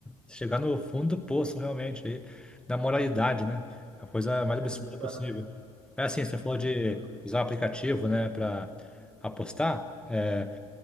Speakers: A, in the centre; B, on the right (about 65°).
A: chegar no fundo do poço realmente aí, da moralidade, né? A coisa mais absurda
B: É bizarro,
A: possível. É assim, você falou
B: é
A: de
B: bizarro.
A: usar o aplicativo, né, para apostar. é,